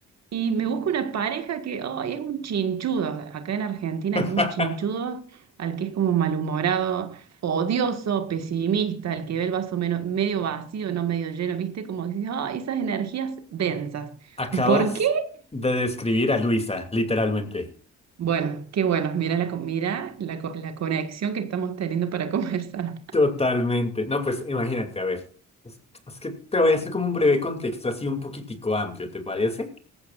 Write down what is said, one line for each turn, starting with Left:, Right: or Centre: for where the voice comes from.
Right: y me busco una pareja que oh, es un chinchudo. Acá en Argentina
Left: <laughs>
Right: decimos chinchudo al que es como malhumorado, odioso, pesimista, al que ve el vaso meno- medio vacío, no medio lleno, ¿viste? Como que dices, "Ah, esas energías densas.
Left: Acabas
Right: ¿Por qué?
Left: de describir a Luisa, literalmente.
Right: Bueno, qué bueno. Mira la, co- mira la, co- la conexión que estamos teniendo para <laughs> conversar.
Left: Totalmente. No, pues imagínate, a ver. Es es que te voy a hacer como un breve contexto así un poquitico amplio, ¿te parece?